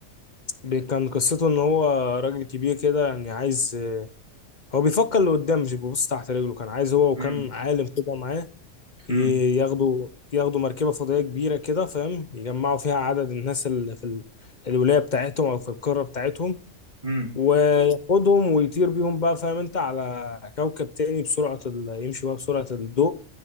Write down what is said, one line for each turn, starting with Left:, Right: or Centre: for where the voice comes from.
Left: بي- كان قصته ان هو راجل كبير كده يعني عايز آه، هو بيفكر لقدام مش بيبص تحت رجله كان عايز هو وكان
Right: امم
Left: عالم كده معاه ي-
Right: امم
Left: ياخدوا ياخدوا مركبة فضائية كبيرة كده فاهم يجمعوا فيها عدد الناس اللي في ال- الولاية بتاعتهم أو في القارة بتاعتهم
Right: امم
Left: وياخدهم ويطير بيهم بقى فاهم أنت على كوكب تاني بسرعة ال... يمشي بقى بسرعة الضوء